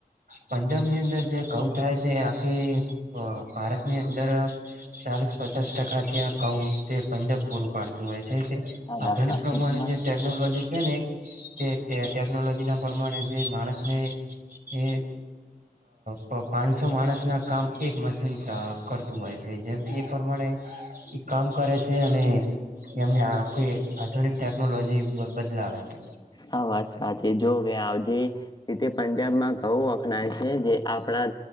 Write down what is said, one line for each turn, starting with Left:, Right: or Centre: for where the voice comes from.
Right: પંજાબની અંદર જે કઉ થાય છે આખી અ ભારતની અંદર ચાલીસ પચાસ ટકા ત્યાં ધઉ તે પંજાબ પૂરું પાડતું હોય છે તે
Left: આ
Right: આધુનિક
Left: વાત સાચી
Right: પ્રમાણે
Left: તમારી
Right: જે ટેકનોલોજી એને તે ટે ટેકનોલોજીના પ્રમાણે જે માણસને એ પ પણ પાંચસો માણસના કામ એક મશીન કરતું હોય છે જેમ કે એ પ્રમાણે એ કામ કરે છે અને એમને આખી આધુનિક ટેકનોલોજી બદલાવે છે
Left: હા વાત સાચી જો વે આ જે રીતે પંજાબમાં ઘઉ વખણાય છે જે આપણા